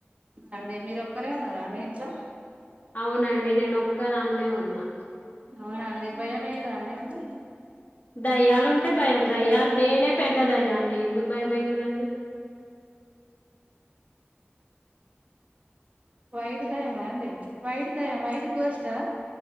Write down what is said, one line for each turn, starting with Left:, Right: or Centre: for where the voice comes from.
Right: అండీ, మీరు ఒక్కరే ఉన్నార అండీ ఇంట్ల?
Left: అవునండీ, నేన్. నొక్క దాన్నే, ఉన్నా.
Right: అవునండీ, భయం మేయదా అండీ మీకు?
Left: దయ్యాలు ఉంటే భయం, దయ్యాలు నేనే. పెద్ద దెయ్యాన్ని ఎందుకు భయమైతదండి?
Right: వైట్ దయ్యమా అండీ? వైట్ దయ్యం? వైట్ గోస్ట్ ఆ?